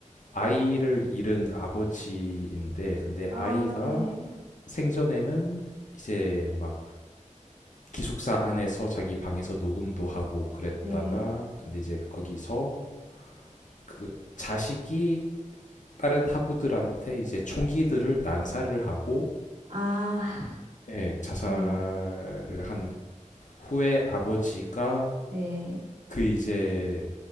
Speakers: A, on the left (about 75°); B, on the right (about 80°).
A: 아이를 잃은 아버지인데 근데
B: 아,
A: 아이가
B: 네,
A: 생전에는 이제 막 기숙사 안에서 자기 방에서 녹음도 하고 그랬다가
B: 네,
A: 근데 이제 거기서 그 자식이 다른 학우들한테 이제 총기들을 난사를 하고
B: 아,
A: 예, 자살을
B: 네,
A: 한 후에 아버지가
B: 네,
A: 그 이제